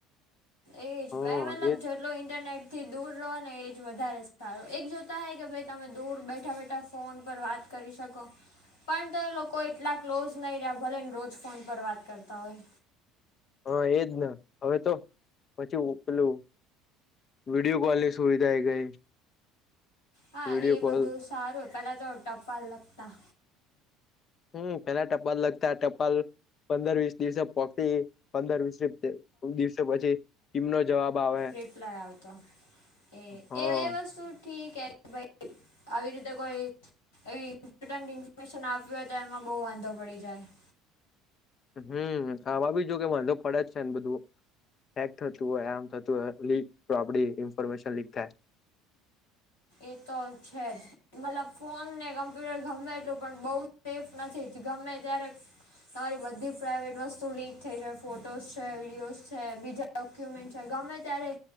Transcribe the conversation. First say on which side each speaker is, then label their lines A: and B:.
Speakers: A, on the left (about 80°); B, on the left (about 40°).
A: એજ <unintelligible>
B: હા
A: મતલબ
B: એ
A: જેટલો ઇન્ટરનેટ થી દૂર રેહવોને એ જ વધારે સારું એક જોતા હોઈ કે ભાઈ તમે દૂર બેઠા બેઠા ફોન પર વાત કરી શકો. પણ તો લોકો એટલા ક્લોઝ નહીં રહ્યાં ભલે ને રોજ ફોન પર વાત કરતા હોય.
B: હા એજ હવે તો પછી ઉપલું વિડીઓ કોલ ની સુવિધા આવી ગઈ
A: હા
B: વિડીયો
A: એ
B: કોલ
A: બધું સારું પેલા તો ટપાલ લખતા
B: હમ પેલા ટપાલ લખતા ટપાલ પંદર વીસ દિવસે પછી પંદર વીસ દિવસો પછી ટીમનો જવાબ આવે
A: રિપ્લાય આવતો એ
B: હા
A: એ એ વસ્તુ ઠી કે ભાઈ આવી રીતે કોઈ એવી ઇમ્પોર્ટન્ટ ઇન્ફોર્મેશન આપ્યું હોય તો એમાં બહુ વાંધો પડી જાય.
B: હમ આવા બીજો કે વાંધો પડે જ છે ને બધું હૅક થતું હોય આમ થતું હોય લીક તો આપડી ઇન્ફોર્મેશન લીક થાય.
A: એ તો છે જ મતલબ ફોન ને કમ્પ્યુટર ગમે એટલું પણ બહુ સેફ નથી ગમે ત્યારે તમારી બધી પ્રાઇવેટ વસ્તુ લીક થઈ જાય ફોટોસ છે, વિડીયોઝ છે બીજા ડોક્યુમેન્ટ છે ગમે ત્યારે